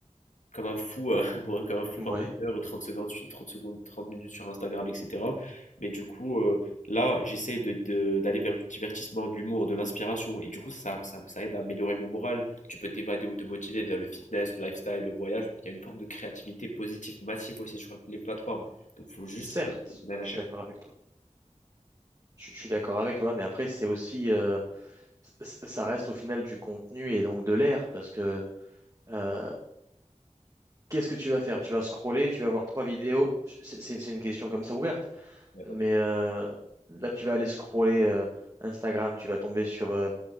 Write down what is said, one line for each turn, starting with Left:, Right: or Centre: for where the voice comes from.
Left: comme un fou, euh, <laughs> pour- comme un fou
Right: Ouais,
Left: pendant une heure, 30 secondes, sur- 30 secondes, 30 minutes sur Instagram, etc. Mais du coup, euh, là, j'essaie de, de- d'aller vers du divertissement, de l'humour, de l'inspiration. Et du coup, ça, ça, ça aide à améliorer mon moral. Tu peux t'évader ou te motiver via le fitness, le lifestyle, le voyage. Donc, il y a une forme de créativité positive massive aussi sur les plateformes. Donc, il faut juste
Right: certes,
Left: qu'on aille la
Right: je
Left: chercher.
Right: suis d'accord avec toi. Je, je suis d'accord avec toi, mais après, c'est aussi. euh, c- ça reste au final du contenu et donc de l'air. Parce que euh, qu'est-ce que tu vas faire? Tu vas scroller, tu vas voir trois vidéos. C'est c'est- c'est une question comme ça ouverte.
Left: Il y a pas
Right: Mais
Left: de-
Right: euh, là, tu vas aller scroller euh, Instagram, tu vas tomber sur. euh,